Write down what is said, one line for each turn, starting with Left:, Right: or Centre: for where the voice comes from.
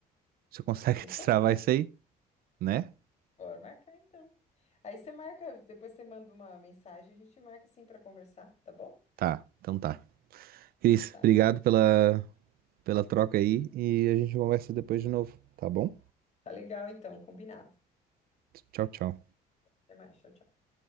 Right: se eu consegue
Left: Isso
Right: <laughs> destravar
Left: aí,
Right: isso aí, né?
Left: bora marcar então. Aí você marca, depois você manda uma mensagem, a gente marca assim para conversar, tá bom?
Right: Tá. Então tá. Cris,
Left: Tá?
Right: obrigado pela pela troca aí e a gente conversa depois de novo, tá bom?
Left: Tá legal então, combinado.
Right: Tchau, tchau.
Left: Até mais, tchau, tchau.